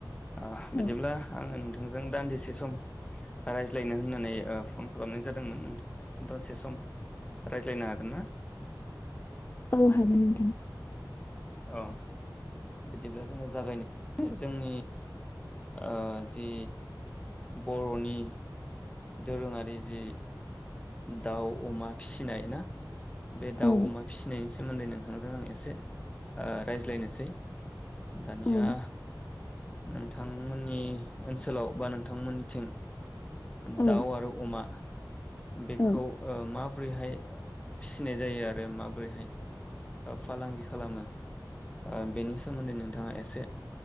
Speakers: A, on the left; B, on the left.
A: अह
B: औ
A: बिदिब्ला आङो नों नोंथांजों दान्दिसे सम रायज्लायनो होननानै ओ फन ओ खालामनाय जादोंमोन नोंथां दसे सम रायज्लायनो हागोन ना?
B: औ हागोन नोंथां
A: अ बिदिब्ला जोङो जागायनो जोंनि ओ जि बर'नि दोरोङारि जि दाउ अमा फिसिनाय ना बे दाउ
B: औ
A: अमा फिसिनायनि सोमो सोमोन्दै नोंथांजों आं एसे ओ रायज्लायनोसै दानिया
B: औ
A: नोंथांमोननि ओनसोलाव बा नोंथांमोननिथिं
B: औ
A: दाउ आरो अमा <inaudible> बेखौ
B: औ
A: ओ मा बोरैहाय फिसिनाय जायो आरो माबोरैहाय ओ फालांगि खालामो ओ बेनि सोमोन्दै नोंथाङा एसे